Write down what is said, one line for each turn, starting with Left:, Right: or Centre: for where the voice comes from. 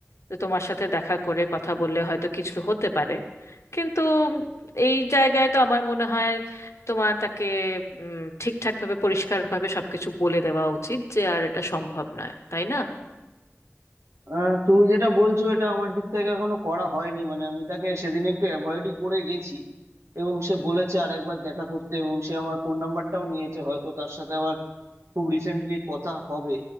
Left: যে তোমার সাথে দেখা করে কথা বললে হয়তো কিছু হতে পারে কিন্তু এই জায়গায় তো আমার মনে হয় তোমার তাকে উম, ঠিকঠাকভাবে পরিষ্কারভাবে সবকিছু বলে দেওয়া উচিত যে আর এটা সম্ভব নয় তাই না
Right: আহ, তুমি যেটা বলছো এটা আমার দিক থেকে এখনো করা হয়নি মানে আমি তাকে সেদিন একটু অ্যাভয়েডই করে গেছি এবং সে বলেছে আরেকবার দেখা করতে এবং সে আমার ফোন নাম্বারটাও নিয়েছে হয়তো তার সাথে আবার খুব রিসেন্টলি কথা হবে